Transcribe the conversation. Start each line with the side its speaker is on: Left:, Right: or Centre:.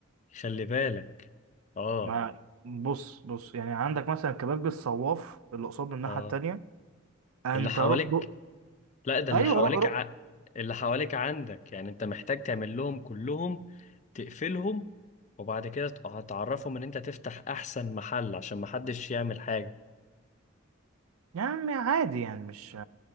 Left: خلي بالك اه
Right: ما بص بص يعني عندك مثلا كباب الصواف اللي قصاد الناحيه
Left: اه
Right: التانيه انت
Left: اللي حواليك
Right: روح بق
Left: لا ده اللي
Right: ايوه
Left: حواليك
Right: روح روح
Left: ع... اللي حواليك عندك يعني انت محتاج تعمل لهم كلهم تقفلهم وبعد كده ت- هتعرفهم ان انت تفتح احسن محل عشان محدش يعمل حاجة
Right: يا عم عادي يعني مش